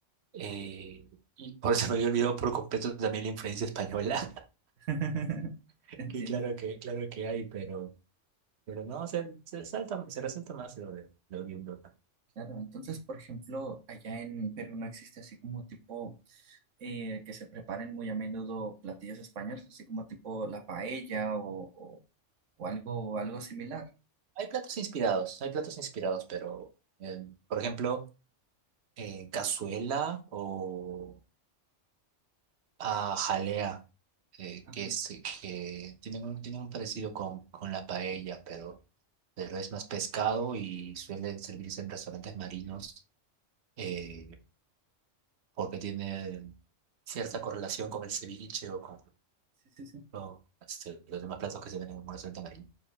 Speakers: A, on the right; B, on the right.
A: eh, y por eso me había olvidado por completo también la influencia española,
B: <laughs>
A: <laughs>
B: Entiendo.
A: que claro que, claro que hay, pero, pero no, se, se salta, se resalta más lo de lo oriundo
B: Claro, entonces, por ejemplo, allá en Perú no existe así como tipo eh, que se preparen muy a menudo platillos españoles, así como tipo la paella o, o, o algo, algo similar.
A: Hay platos inspirados, hay platos inspirados, pero eh, por ejemplo, eh, cazuela o ah, jalea, eh,
B: Ajá.
A: que, es, que tienen un, tienen un parecido con, con la paella, pero, pero es más pescado y suele servirse en restaurantes marinos eh, porque tiene cierta correlación con el ceviche o con,
B: Sí, sí, sí.
A: o, este, los demás platos que se venden en un restaurante marino.